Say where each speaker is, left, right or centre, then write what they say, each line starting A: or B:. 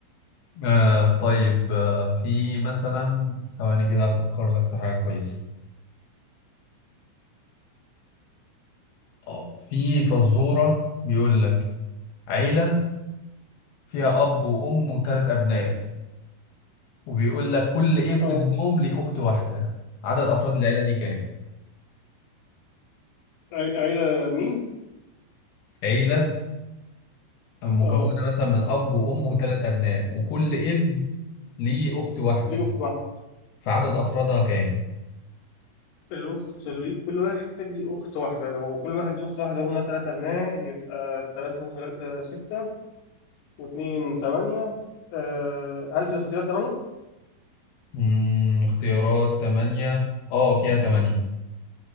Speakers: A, on the left (about 65°); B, on the left (about 85°).
A: آه طيب آه في مثلا ثواني كده افكر لك في حاجه كويسه آه، في فزوره بيقول لك عيله فيها اب وام وثلاث ابناء وبيقول لك كل ابن
B: اه
A: منهم ليه أخت واحدة عدد أفراد العيلة دي كام؟
B: عي- عيلة مين؟
A: عيلة مكونة
B: اه
A: مثلا من أب وأم وثلاث أبناء وكل ابن ليه أخت واحدة
B: ليه أخت واحدة
A: فعدد أفرادها كام؟
B: الأخت لي... كل واحد ليه أخت واحدة هو كل واحد ليه أخت واحدة هما تلاتة أبناء يبقى تلاتة وتلاتة ستة واتنين تمانية آه... هل في الاختيارات تمانية؟
A: مم اختيارات تمانية اه فيها تمانية